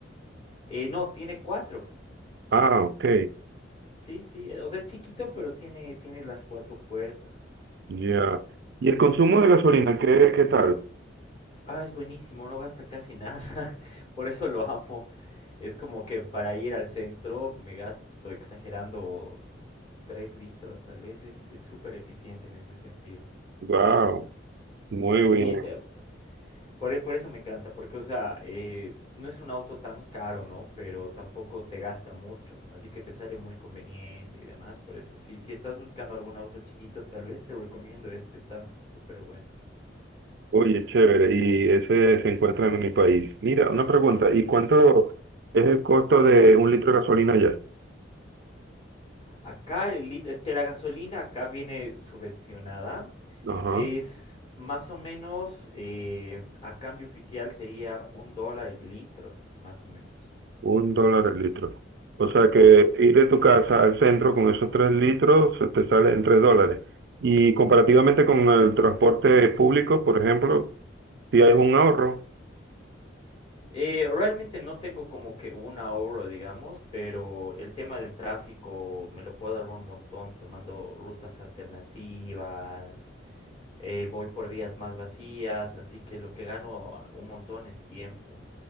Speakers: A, on the left; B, on the right.
A: Eh, no, tiene cuatro.
B: Ah, ok.
A: Sí, sí, eh, o sea, es chiquito, pero tiene, tiene las cuatro puertas.
B: Ya. ¿Y el consumo de gasolina, qué, qué tal?
A: Ah, es buenísimo, no gasta casi nada. <laughs> Por eso lo amo. Es como que para ir al centro me gasto exagerando 3 litros, tal vez es es súper eficiente en ese sentido.
B: Wow. Muy
A: Sí,
B: bien.
A: de- por, e- por eso me encanta, porque, o sea, eh, no es un auto tan caro, ¿no? Pero tampoco te gasta mucho, así que te sale muy conveniente y demás, por eso. Sí, si estás buscando algún auto chiquito, tal vez te recomiendo este, está súper bueno.
B: Oye, chévere. Y ese se encuentra en mi país. Mira, una pregunta. ¿Y cuánto es el costo de un litro de gasolina allá?
A: Acá el lit- es que la gasolina acá viene subvencionada.
B: Ajá.
A: Es más o menos, eh, a cambio oficial sería un dólar el litro, más o menos.
B: Un dólar el litro. O sea que
A: Sí, sí.
B: ir de tu casa al centro con esos tres litros se te sale en tres dólares. Y comparativamente con el transporte público, por ejemplo, si hay un ahorro.
A: Eh, realmente no tengo como que un ahorro, digamos, pero el tema del tráfico me lo puedo dar un montón tomando rutas alternativas, eh, voy por vías más vacías, así que lo que gano un montón es tiempo.